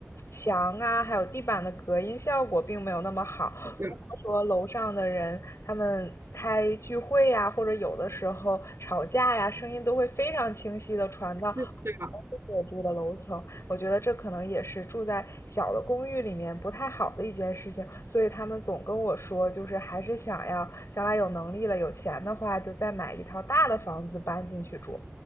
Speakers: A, on the left; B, on the right.
A: 墙啊，还有地板的隔音效果并没有那么好。
B: 是的
A: 如果说楼上的人他们开聚会呀，或者有的时候吵架呀，声音都会非常清晰的传到
B: 是的，
A: 所住的楼层。我觉得这可能也是住在小的公寓里面不太好的一件事情，所以他们总跟我说，就是还是想要将来有能力了、有钱的话，就再买一套大的房子搬进去住。